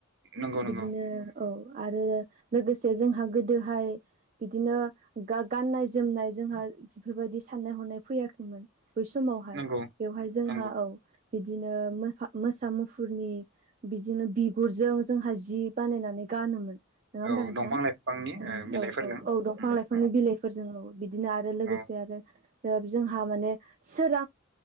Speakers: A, on the right (about 55°); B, on the right (about 35°).
A: नंगौ नंगौ
B: बिदिनो औ आरो लोगोसे जोंहा गोदोहाय बिदिनो गाननाय जोमनाय जोंहा बेफोरबायदि साननाय हनाय फैयाखैमोन बै समावहाय
A: नंगौ
B: बेवहाय जोंहा
A: नंगौ
B: औ बिदिनो मोसा मुफुरनि बिदिनो बिगुरजों जोंहा जि बानायनानै गानोमोन नङा होमबा
A: औ
B: नोंथां
A: दंफां लाइफांनि ओ बिलाइफोरजों
B: औ औ औ दंफां
A: उम
B: लाइाफां बिफोरनि
A: औ
B: बिलाइफोरजों बिदिनो आरो लोगोसे
A: औ
B: आरो जोंहा माने सोर